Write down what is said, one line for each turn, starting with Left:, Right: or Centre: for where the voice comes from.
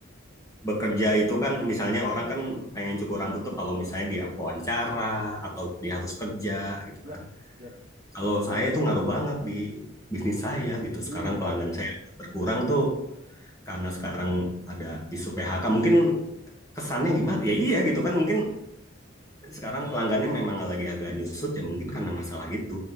Left: bekerja itu kan misalnya orang kan pengen cukur rambut tuh kalau misalnya dia wawancara atau dia harus kerja gitu
Right: Yap,
Left: kan.
Right: yap.
Left: Kalau saya itu ngaruh banget di bisnis saya gitu.
Right: Hmm,
Left: Sekarang pelanggan saya berkurang tuh karena sekarang ada isu PHK. Mungkin kesannya gimana? Ya iya gitu kan. Mungkin sekarang pelanggannya memang lagi agak nyusut ya mungkin karena masalah itu.